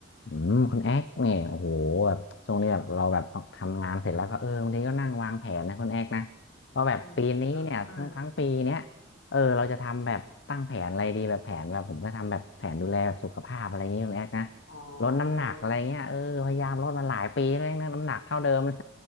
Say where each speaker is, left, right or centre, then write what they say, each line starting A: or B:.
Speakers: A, on the left (about 60°); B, on the left (about 80°).
A: อืมคุณแอ๊กเนี่ยโอ้โหแบบช่วงนี้แบบเราแบบทำงานเสร็จแล้วก็เออบางทีก็นั่งวางแผนนะคุณแอ๊กนะเพราะแบบปีนี้เนี่ยทั้งทั้งปีเนี้ย
B: อืมได้ใช่ครับ
A: เออเราจะทำแบบตั้งแผนอะไรดีแบบแผนแบบผมก็ทำแบบแผนดูแลแบบสุขภาพอะไรอย่างงี้คุณแอ๊กนะ
B: อ๋อ
A: ลดน้ำหนักอะไรเงี้ยเออพยายามลดมาหลายปีแล้วนะน้ำหนักเท่าเดิมนะ